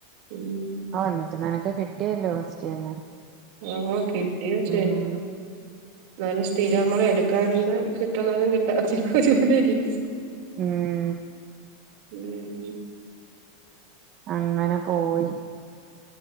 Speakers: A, on the right; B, on the right.
A: ഉം
B: ഓ എന്നിട്ട് നിനക്ക് കിട്ടിയല്ലോ ഫസ്റ്റ് തന്നെ.
A: ആഹ് കിട്ടി കൊച്ചേ.
B: ഉം
A: എന്നാലും സ്ഥിരം നമ്മള് എടുക്കാന് ഒന്ന് കിട്ടുന്നതും കിട്ടാ. <unintelligible>
B: ഉം
A: ഉം
B: അങ്ങനെ പോയി.